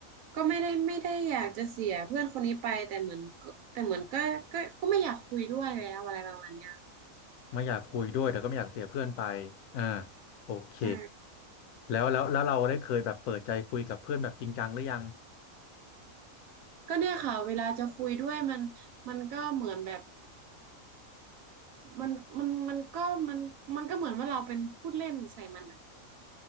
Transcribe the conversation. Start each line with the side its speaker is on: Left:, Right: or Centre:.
Right: ก็ไม่ได้ไม่ได้อยากจะเสียเพื่อนคนนี้ไปแต่เหมือนก็แต่เหมือนก็ก็ก็ไม่อยากคุยด้วยแล้วอะไรประมาณเนี้ยค่ะ
Left: ไม่อยากคุยด้วยแต่ก็ไม่อยากเสียเพื่อนไปอ่าโอเค
Right: ใช่
Left: แล้วแล้วแล้วเราได้เคยแบบเปิดใจคุยกับเพื่อนแบบจริงจังหรือยัง
Right: ก็เนี่ยค่ะเวลาจะคุยด้วยมันมันก็เหมือนแบบมันมันมันก็มันมันก็เหมือนว่าเราเป็นพูดเล่นใส่มันอ่ะ